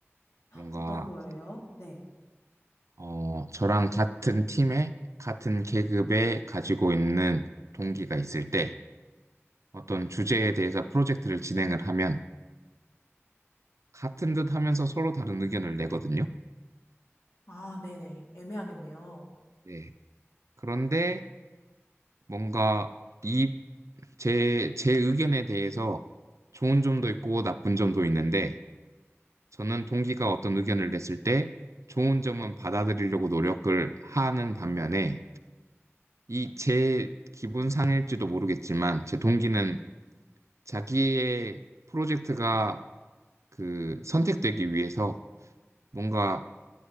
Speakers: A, on the right; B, on the left.
A: 뭔가
B: 어떤 거예요? 네.
A: 어 저랑 같은 팀에 같은 계급에 가지고 있는 동기가 있을 때 어떤 주제에 대해서 프로젝트를 진행을 하면 같은 듯 하면서 서로 다른 의견을 내거든요.
B: 아, 네네. 애매하겠네요.
A: 네. 그런데 뭔가 이 제, 제 의견에 대해서 좋은 점도 있고 나쁜 점도 있는데 저는 동기가 어떤 의견을 냈을 때 좋은 점은 받아들이려고 노력을 하는 반면에 이 제 기분 상일지도 모르겠지만 제 동기는 자기의 프로젝트가 그 선택되기 위해서 뭔가